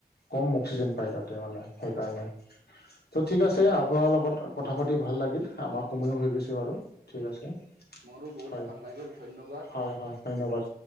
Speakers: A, on the left; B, on the right.
A: কম অক্সিজেন পাই তাতে মানে সেইকাৰণে ত' ঠিক আছে আপোনাৰ লগত কথা পাতি ভাল লাগিল আমাৰ সময়ো হৈ গৈছে বাৰু ঠিক আছে
B: মোৰো বহুত
A: হয়
B: ভাল লাগিল ধন্যবাদ
A: হয় হয় ধন্যবাদ